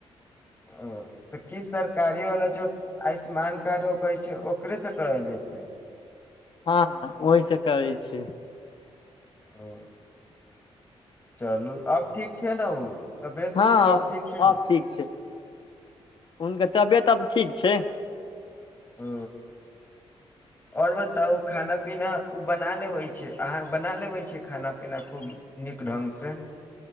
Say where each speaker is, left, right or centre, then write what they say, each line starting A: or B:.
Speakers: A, on the left (about 20°); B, on the left (about 50°).
A: ओ तऽ की सरकारी वाला जो आयुष्मान कार्ड हो करै छै ओकरेसँ करैले छै
B: हँ होइ सक करैय छै
A: ओ चलू आब ठीक छैय ने ओ तबियत
B: हँ
A: सब ठीक छै
B: आ
A: ने
B: ठीक छै हुनके तबियत आब ठीक छै
A: ह आओर बताउ खाना पीना ओ बना लेबै छै अहाँ बना लेबै छी खाना पीना खूब नीक ढंगसे